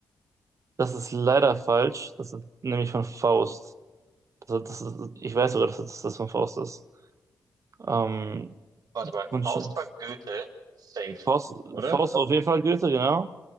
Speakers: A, on the right (about 50°); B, on the right (about 75°).
A: Das ist leider falsch. Das ist nämlich von Faust. Das, das ist, ich weiß sogar, dass das, das von Faust ist. Ähm,
B: Warte mal,
A: von
B: Faust
A: Sch-
B: war Goethe, safe,
A: Faust,
B: oder?
A: Faust war auf jeden Fall Goethe, genau.